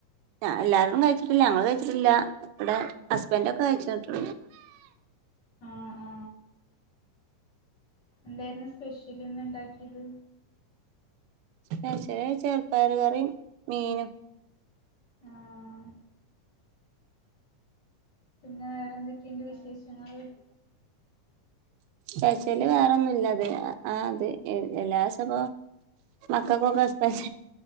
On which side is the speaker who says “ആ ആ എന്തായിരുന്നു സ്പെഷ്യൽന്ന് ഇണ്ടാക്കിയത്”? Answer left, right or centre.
Left